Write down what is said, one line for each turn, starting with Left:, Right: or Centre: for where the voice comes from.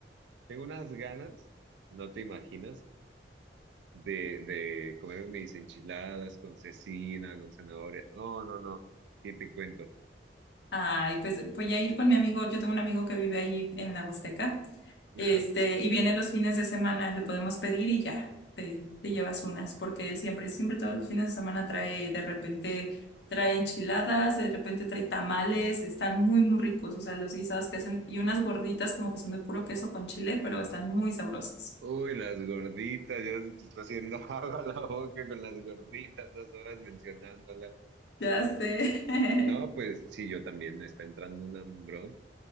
Right: Tengo unas ganas, no te imaginas, de, de comer mis enchiladas con cecina, con zanahoria. No, no, no. ¿Qué te cuento?
Left: Ay, pues voy a ir con mi amigo, yo tengo un amigo que vive ahí en la Huasteca.
Right: Ajá.
Left: Este, y vienen los fines de semana, le podemos pedir y ya, te, te llevas unas, porque él siempre, siempre todos los fines de semana trae, de repente trae enchiladas, de repente trae tamales, están muy, muy ricos, o sea, los guisados que hacen, y unas gorditas como que son de puro queso con chile, pero están muy sabrosas.
Right: Uy, las gorditas, ya se te está haciendo <laughs> agua la boca con las gorditas, dos horas mencionándolas.
Left: Ya sé. <laughs>
Right: No, pues sí, yo también me está entrando un hambrón.